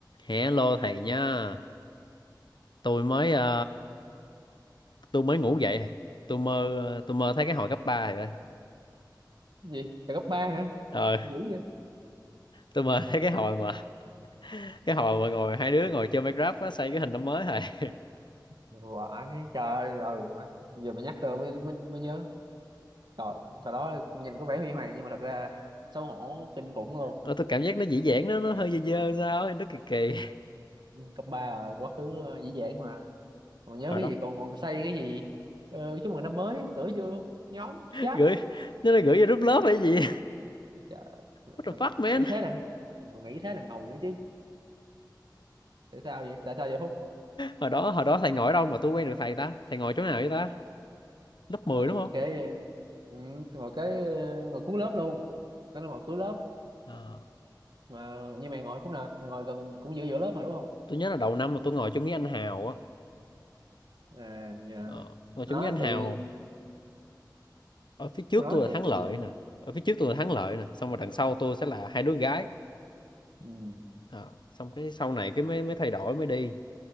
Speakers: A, on the left; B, on the right.
A: Hello thầy nha. Tôi mới ờ, tôi mới ngủ dậy. thầy. Tôi mơ tôi mơ thấy cái hồi cấp 3 rồi.
B: gì là cấp ba hả
A: Ờ,
B: dữ vậy
A: tôi mơ thấy cái hồi mà cái hồi mà ngồi hai đứa ngồi chơi Minecraft á, xây cái hình năm mới thầy. <laughs>
B: vãi trời ơi ừ, má. giờ mà nhắc tới mới, mới, mới nhớ trời, thời đó nhìn có vẻ huy hoàng nhưng mà thật ra xấu hổ kinh khủng luôn
A: Ờ, tôi cảm giác nó dĩ dãn nó nó hơi dơ dơ sao, ấy, nó kỳ kỳ.
B: cấp ba là quá khứ ờ, dễ dễ mà còn nhớ
A: Hồi
B: cái
A: đó
B: gì còn còn xây cái gì ờ, chúc mừng năm mới cửa vô nhóm chat
A: gửi nó là gửi vô group lớp hay gì?
B: trời,
A: What
B: mình
A: the fuck
B: còn
A: man?
B: nghĩ thế là mình còn nghĩ thế là ngầu nữa chứ tại sao vậy tại sao vậy Phúc
A: Hồi đó hồi đó thầy ngồi ở đâu mà tôi quen được thầy ta? Thầy ngồi chỗ nào vậy ta? Lớp 10
B: nó là
A: đúng
B: ngồi
A: không?
B: kế ừ, ngồi kế ờ, ngồi cuối lớp luôn nó là ngồi cuối lớp
A: Ờ,
B: mà như mày ngồi khúc nào mày ngồi gần cũng giữa giữa lớp mà đúng không
A: tôi nhớ là đầu năm mà tôi ngồi chỗ Mỹ Anh Hào á.
B: à dạ
A: Ờ, rồi
B: nó
A: chúng với anh Hào
B: thì
A: ở phía trước
B: nó
A: tôi
B: thì
A: là Thắng Lợi
B: gì?
A: nè ở phía trước tôi là Thắng Lợi nè xong rồi đằng sau tôi sẽ là hai đứa gái
B: ừ.
A: Ờ, xong cái sau này cái mới mới thay đổi mới đi